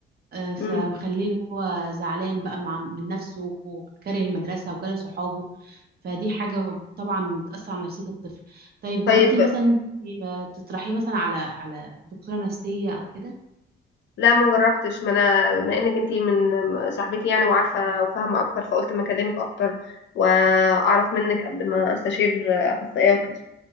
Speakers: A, on the right; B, on the left.
A: آه، فمخليه
B: مم.
A: اللي هو زعلان بقى مع من نفسه وكاره المدرسة وكاره صحابه فدي حاجة طبعا بتأثر على نفسية الطفل طيب
B: طيب
A: جربتي مثلا انتي، آه، تطرحيه مثلا على على دكتورة نفسية أو كده
B: لا ما جربتش ما انا بما انك انتي من صاحبتي يعني وعارفه وفاهمه اكتر فقلت ما اكلمك اكتر واعرف منك قبل ما استشير اخصائيه وكده